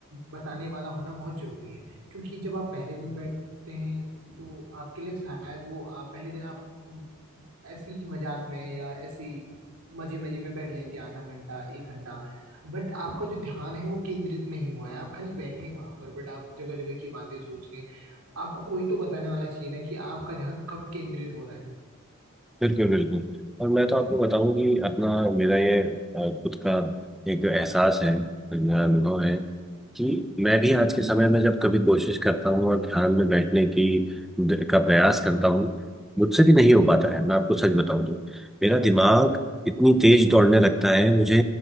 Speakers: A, on the right; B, in the centre.
A: बताने वाला होना बहुत जरूरी है क्योंकि जब आप पहले दिन बैठते हैं तो आपके लिए शायद वो आप पहले दिन आप म, ऐसे ही मजाक में या ऐसे ही मजे मजे में बैठ जाएंगे आधा घंटा एक घंटा बट आपका जो ध्यान है वो केंद्रित नहीं हुआ है आप खाली बैठे हैं वहां पर बट आप जगह जगह की बातें सोच रहे हैं आपको कोई तो बताने वाला चाहिए ना कि आपका ध्यान कब केंद्रित हो रहा है
B: बिल्कुल बिल्कुल और मैं तो आपको बताऊं कि अपना मेरा ये अ, खुद का एक एहसास है मेरा अनुभव है कि मैं भी आज के समय में जब कभी कोशिश करता हूँ और ध्यान में बैठने की द- का प्रयास करता हूँ मुझसे भी नहीं हो पाता है मैं आपको सच बताऊं तो मेरा दिमाग इतनी तेज दौड़ने लगता है मुझे